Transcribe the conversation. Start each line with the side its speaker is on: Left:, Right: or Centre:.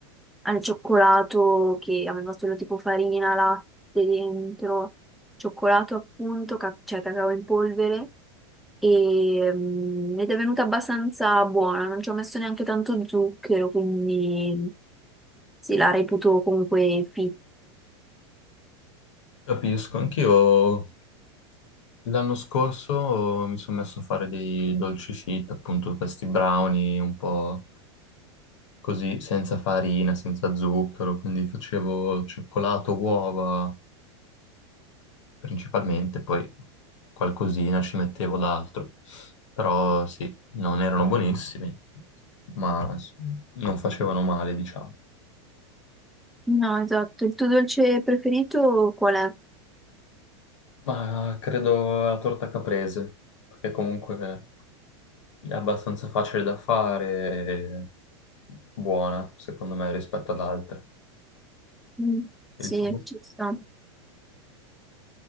Centre: al cioccolato che aveva solo tipo farina, latte dentro, cioccolato appunto, ca- cioè cacao in polvere e, mm, ed è venuta abbastanza buona, non ci ho messo neanche tanto zucchero, quindi sì, la reputo comunque fit.
Left: Capisco, anch'io l'anno scorso mi sono messo a fare dei dolci fit, appunto questi brownie un po' così, senza farina, senza zucchero, quindi facevo cioccolato, uova, principalmente, poi qualcosina ci mettevo d'altro. Però sì, non erano buonissimi, ma s- non facevano male, diciamo.
Centre: No, esatto. Il tuo dolce preferito qual è?
Left: Ma credo la torta caprese, perché comunque è abbastanza facile da fare e buona, secondo me, rispetto ad altre.
Centre: Mm, sì,
Left: Il tuo?
Centre: ci sta.